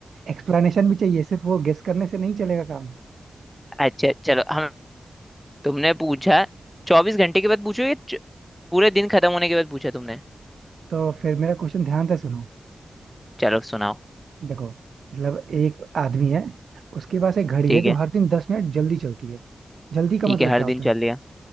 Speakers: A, on the right; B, in the centre.
A: एक्सप्लेनेशन भी चाहिए सिर्फ वो गेस करने से नहीं चलेगा काम
B: अच्छा चलो हम तुमने पूछा चौबीस घंटे के बाद पूछो या च- पूरे दिन खत्म होने के बाद पूछा तुमने
A: तो फिर मेरा क्वेश्चन ध्यान से सुनो
B: चलो सुनाओ
A: देखो मतलब एक आदमी है उसके पास एक घड़ी
B: ठीक
A: है जो
B: है
A: हर दिन दस मिनट जल्दी चलती है जल्दी का
B: ठीक
A: मतलब
B: है हर
A: क्या होता
B: दिन चल
A: है
B: लिया